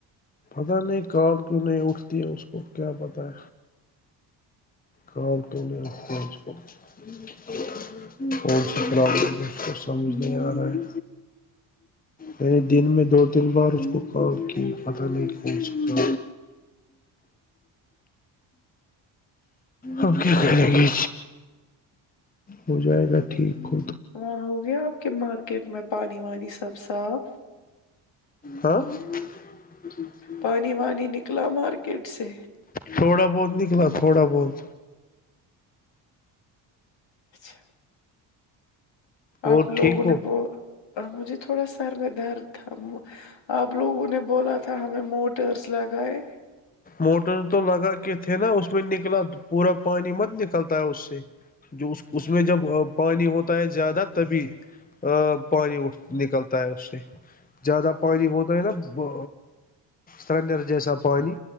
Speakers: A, on the left; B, on the left.
A: پتہ نہیں کال کیوں نہیں اٹھتی ہے اس کو کیا پت ہے کا تونےچ کو <unintelligible> کون سی پرابلم اس کو سمجھ نہیں آ رہا ہے میں نے دن میں دو تین بار اس کو کام کی پتہ نہیں کون سکتا اب کیا کریں گے ہو جائے گا ٹھیک ہو
B: وہاں ہو گیا آپ کے مارکیٹ میں پانی وانی سب صاف
A: ہاں جچچ <unintelligible>
B: پانی وانی نکلا مارکیٹ سے
A: تھوڑا بہت نکلا تھوڑا بہت
B: اچھا
A: اور
B: آپ لوگوں
A: ٹھیک ہو
B: نے ب مجھے تھوڑا سر میں درد تھا آپ لوگوں نے بولا تھا ہمیں موٹرس لگائے
A: موٹر تو لگا کے تھے نا اس میں نکلا پورا پانی مت نکلتا ہے اس سے جو اس میں جب پانی ہوتا ہے زیادہ تبھی پانی اٹھ نکلتا ہے اس سے زیادہ پانی ہوتا ہے نا سنگد جیسا پانی